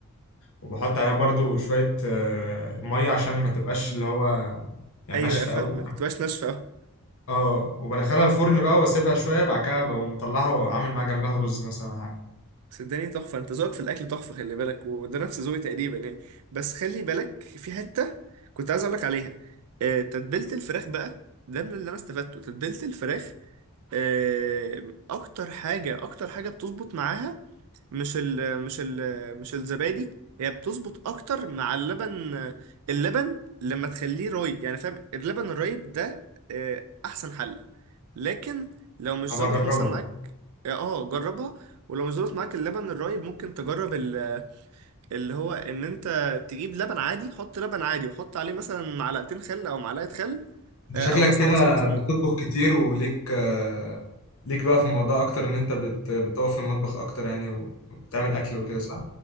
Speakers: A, on the left; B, on the right.
A: وبحط عليها برضو شويه آه، ميه عشان ما تبقاش اللي هو يعني
B: ايوه
A: ناشفه
B: فاهمة
A: قوي
B: ما تبقاش ناشفة
A: اه وبدخلها الفرن بقى واسيبها شويه بعد كده بقوم مطلعها وعامل معاها جنبها رز مثلا ولا حاجه
B: صدقني تحفة انت ذوقك في الأكل تحفة خلي بالك وده نفس ذوقي تقريبا يعني بس خلي بالك في حتة كنت عايز أقولك عليها آه، تتبيلة الفراخ بقى ده من اللي أنا استفدته تتبيلة الفراخ آه، أكتر حاجة أكتر حاجة بتظبط معاها مش ال مش ال مش الزبادي هي بتظبط اكتر مع اللبن اللبن لما تخليه رايب يعني فاهم اللبن الرايب ده آه، احسن حل لكن لو مش
A: هبقى
B: ظابط
A: اجربها
B: مثلا معاك اه آه، جربها ولو مش ظابط معاك اللبن الرايب ممكن تجرب ال- اللي هو ان انت تجيب لبن عادي حط لبن عادي وحط عليه مثلا معلقتين خل او معلقة خل
A: انت
B: آه،
A: شكلك
B: او مثلا
A: كده
B: عصرة ليمون
A: بتطبخ كتير وليك آه، ليك بقى في الموضوع اكتر ان انت بت... بتقف في المطبخ اكتر يعني وبتعمل اكل وكده صح